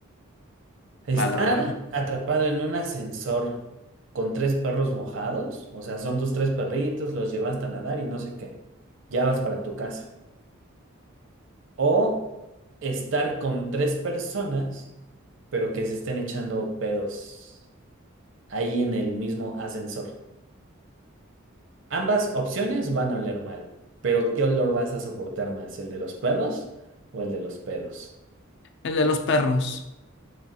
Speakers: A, on the right; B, on the left.
A: ¿Estar
B: Vale, vale, vale.
A: atrapado en un ascensor con tres perros mojados? O sea, son tus tres perritos, los llevaste a nadar y no sé qué. Ya vas para tu casa. O estar con tres personas, pero que se estén echando pedos ahí en el mismo ascensor. Ambas opciones van a oler mal, pero ¿qué olor vas a soportar más? ¿El de los perros o el de los pedos?
B: El de los perros.